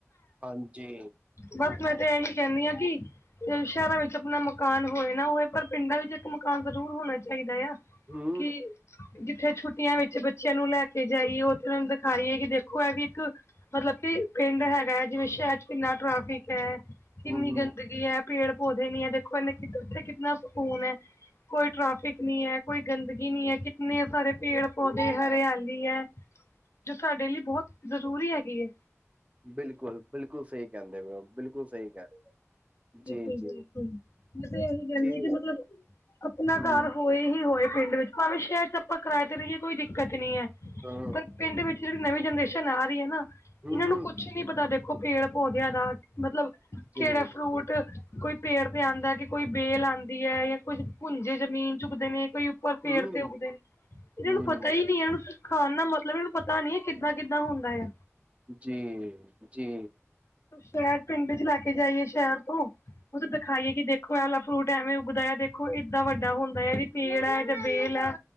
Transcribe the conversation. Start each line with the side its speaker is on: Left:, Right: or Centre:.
Right: ਹਾਂਜੀ
Left: ਬਸ ਮੈਂ ਤੇ ਇਹੀ ਕਹਿੰਦੀ ਹਾਂ ਕਿ ਸ਼ਹਿਰਾਂ ਵਿੱਚ ਆਪਣਾ ਮਕਾਨ ਹੋਏ ਨਾ ਹੋਏ ਪਰ ਪਿੰਡਾਂ ਵਿੱਚ ਇੱਕ ਮਕਾਨ ਜ਼ਰੂਰ ਹੋਣਾ ਚਾਹੀਦਾ ਆ
Right: ਹੂ
Left: ਕਿ ਜਿੱਥੇ ਛੁੱਟੀਆਂ ਵਿੱਚ ਬੱਚਿਆਂ ਨੂੰ ਲੈ ਕੇ ਜਾਈਏ ਉੱਥੇ ਉਹ ਨੂੰ ਦਿਖਾਈਏ ਕਿ ਦੇਖੋ ਇਹ ਵੀ ਇੱਕ ਮਤਲਬ ਕੀ ਪਿੰਡ ਹੈਗਾ ਹੈ ਜਿਵੇੰ ਸ਼ਹਿਰ ਕਿੰਨਾ ਟ੍ਰੈਫਿਕ ਹੈ ਕਿੰਨੀ
Right: ਹੂੰ।
Left: ਗੰਦਗੀ ਹੈ, ਪੇੜ ਪੌਦੇ ਨੀ ਹੈ ਓਹਨੇ ਉੱਥੇ ਕਿਤਨਾ ਸਕੂਨ ਹੈ ਕੋਈ ਟ੍ਰੈਫਿਕ ਨੀ ਹੈ ਕੋਈ ਗੰਦਗੀ ਨੀ ਹੈ ਕਿੰਨੇ ਸਾਰੇ ਪੇੜ ਪੌਦੇ ਹਰਿਆਲੀ ਹੈ ਜੋ ਸਾਡੇ ਲਈ ਬਹੁਤ ਜ਼ਰੂਰੀ ਹੈਗੀ ਹੈ
Right: ਬਿਲਕੁਲ ਬਿਲਕੁਲ ਸਹੀ ਕਹਿੰਦੇ ਪਏ ਹੋ ਬਿਲਕੁਲ ਸਹੀ ਕਹਿ ਰਹੇ ਹੋ। ਜੀ,
Left: ਬਿਲਕੁਲ
Right: ਜੀ,
Left: ਬਿਲਕੁਲ ਮੈਂ ਤੇ ਇਹੀ ਕਹਿੰਦੀ
Right: ਜੀ,
Left: ਕਿ ਮਤਲਬ ਆਪਣਾ
Right: ਹੂੰ,
Left: ਘਰ ਹੋਏ ਹੀ ਹੋਏ ਪਿੰਡ ਵਿੱਚ ਭਾਵੇਂ ਸ਼ਹਿਰ ਚ ਆਪਾਂ ਕਰਾਏ ਤੇ ਰਹੀਏ ਕੋਈ ਦਿੱਕਤ ਨੀ ਹੈ
Right: ਹਾਂ
Left: ਪਰ ਪਿੰਡ ਵਿੱਚ ਜਿਹੜੀ ਨਵੀਂ ਜਨਰੇਸ਼ਨ ਆ ਰਹੀ ਹੈ ਨਾ
Right: ਹੂੰ,
Left: ਇਹਨਾਂ
Right: ਹੂੰ,
Left: ਨੂੰ ਕੁਛ ਨੀ ਪਤਾ ਦੇਖੋ ਪੇੜ ਪੌਦਿਆਂ ਦਾ ਮਤਲਬ
Right: ਜੀ।
Left: ਕਿਹੜਾ ਫਰੂਟ ਕੋਈ ਪੇੜ ਤੇ ਆਉਂਦਾ ਕਿ ਕੋਈ ਬੇਲ ਆਉਂਦੀ ਹੈ ਜਾਂ ਕੋਈ ਭੁੰਜੇ ਜ਼ਮੀਨ ਚਝੁੱਕਦੇ ਨੇ ਕੋਈ ਪਰ ਪੈੜ
Right: ਹੂੰ,
Left: ਤੇ ਉੱਗਦੇ ਇਹਨਾਂ
Right: ਹੂੰ,
Left: ਨੂੰ ਪਤਾ ਹੀ ਨਹੀਂੀ ਇਹਨਾਂ ਨੂੰ ਖਾਣ ਦਾ ਮਤਲਬ ਇਹਨੂੰ ਪਤਾ ਨੀ ਕਿੱਦਾਂ ਕਿੱਦਾਂ ਹੁੰਦਾ ਹੈ
Right: ਜੀ ਜੀ
Left: ਸ਼ਹਿਦ ਪਿੰਡ ਚ ਲੈ ਕੇ ਜਾਈਏ ਸ਼ਹਿਰ ਤੋਂ ਉਥੇ ਦਿਖਾਈਏ ਕਿ ਦੇਖੋ ਐ ਵਾਲਲਾ ਫਰੂਟ ਐਵੇਂ ਉੱਗਦਾ ਹੈ ਦੇਖੋ ਏਦਾਂ ਵੱਡਾ ਹੁੰਦਾ ਹੈ ਇਹਦੀ ਪੇੜ ਹੈ ਬੇਲ ਆ